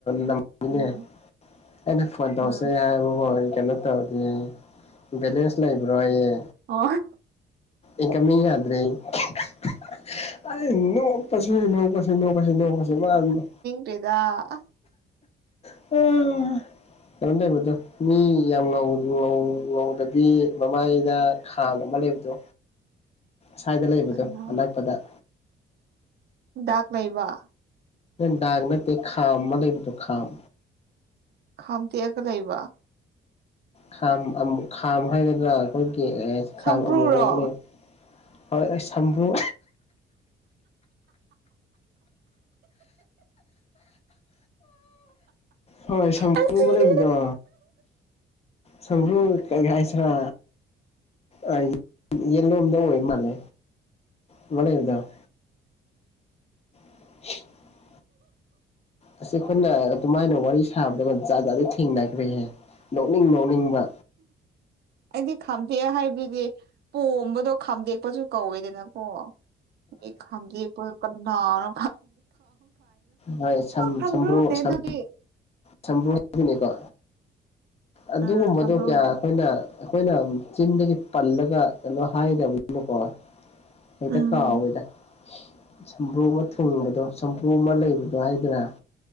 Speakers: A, on the left (about 30°); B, on the right (about 55°).
A: ꯅꯃꯅꯦ
B: ꯎꯝ
A: ꯑꯩꯅ ꯐꯣꯟ ꯇꯧꯔꯁꯦ
B: ꯎꯝ
A: ꯍꯥꯏꯕꯀꯣ ꯑꯩ ꯀꯩꯅꯣ ꯇꯧꯒꯦ ꯕꯦꯂꯦꯟꯁ ꯂꯩꯕ꯭ꯔꯣ ꯑꯩꯌꯦ
B: ꯑꯣ
A: ꯏ ꯀꯃꯤꯡ ꯌꯥꯗ꯭ꯔꯦ <unintelligible> ꯁꯤ ꯅꯣꯛꯀꯁꯤ ꯅꯣꯛꯀꯁꯦ ꯃꯥꯅꯣ
B: ꯗꯦꯗꯥ
A: <unintelligible> ꯀꯔꯣꯝ ꯂꯩꯕꯗꯣ ꯃꯤ ꯌꯥꯝ ꯉꯧ ꯉꯧ ꯉꯧꯗꯕꯤ ꯃꯃꯥꯏꯗ ꯈꯥꯝ ꯑꯃ ꯂꯩꯕꯗꯣ ꯁ꯭ꯋꯥꯏꯗ ꯂꯩꯕꯗꯣ
B: ꯀꯅꯥ
A: ꯑꯅꯛꯄꯗ
B: ꯗꯥꯛ ꯂꯩꯕ
A: ꯗꯥꯒ ꯅꯠꯇꯦ ꯈꯥꯝꯃ ꯂꯩꯕꯗꯣ ꯈꯥꯝ
B: ꯈꯥꯝꯇꯦꯛꯑꯒ ꯂꯩꯕ
A: ꯈꯥꯝ ꯈꯥꯝ ꯍꯥꯏꯒꯗ꯭ꯔꯥ ꯑꯩꯈꯣꯏꯒꯤ ꯈꯥꯝ
B: ꯁꯝꯕ꯭ꯔꯨꯔꯣ
A: ꯑꯃꯨꯕ ꯑꯃ ꯂꯩ ꯍꯣꯏ ꯑꯩ ꯁꯝꯕ꯭ꯔꯨ ꯍꯣꯏ ꯁꯪꯝꯕ꯭ꯔꯨ
B: ꯑꯩ ꯁꯤꯔꯦ.
A: ꯑꯃ ꯂꯩꯕꯗꯣ ꯁꯪꯝꯕ꯭ꯔꯨ ꯀꯩ ꯍꯥꯏꯁꯤꯔ ꯑ ꯌꯦꯠꯂꯣꯝꯗ ꯑꯣꯏ ꯃꯥꯅꯦ ꯑꯃ ꯂꯩꯕꯗꯣ <unintelligible> ꯑꯁꯤ ꯑꯩꯈꯣꯏꯅ ꯑꯗꯨꯃꯥꯏꯅ ꯋꯥꯔꯤ ꯁꯥꯕꯗ ꯖꯥꯠꯖꯗꯤ ꯊꯦꯡꯅꯈ꯭ꯔꯦꯍꯦ ꯅꯣꯛꯅꯤꯡ ꯅꯣꯛꯅꯤꯡꯕ
B: ꯑꯩꯗꯤ ꯈꯥꯝꯗꯦꯛ ꯍꯥꯏꯕꯗꯨꯗꯤ ꯄꯣꯝꯕꯗꯣ ꯈꯥꯝꯗꯦꯛꯄꯁꯨ ꯀꯧꯋꯦꯗꯅꯀꯣ ꯑꯩ ꯈꯥꯝꯗꯦꯛꯄ ꯀꯅꯥꯅ
A: ꯍꯣꯏ ꯁꯝ
B: ꯈꯪꯗꯦ
A: ꯁꯝꯕ꯭ꯔꯨ ꯁꯝ
B: <unintelligible>
A: ꯁꯝꯕ꯭ꯔꯨ ꯍꯥꯏꯕꯅꯤꯀꯣ ꯑꯗꯨꯒꯨꯝꯕꯗꯣ
B: ꯎꯝ ꯁꯝꯕ꯭ꯔꯨꯅꯦ
A: ꯀꯌꯥ ꯑꯩꯈꯣꯏꯅ ꯑꯩꯈꯣꯏꯅ ꯆꯤꯟꯗꯒꯤ ꯄꯜꯂꯒ ꯀꯩꯅꯣ ꯍꯥꯏꯗꯕꯅꯤꯅꯀꯣ ꯍꯦꯛꯇ
B: ꯎꯝ
A: ꯀꯥꯎꯋꯦꯗ ꯁꯝꯕ꯭ꯔꯨ ꯑꯃ ꯊꯨꯡꯕꯗꯣ ꯁꯝꯕ꯭ꯔꯨ ꯑꯃ ꯂꯩ <unintelligible> ꯍꯥꯏꯗ꯭ꯔꯥ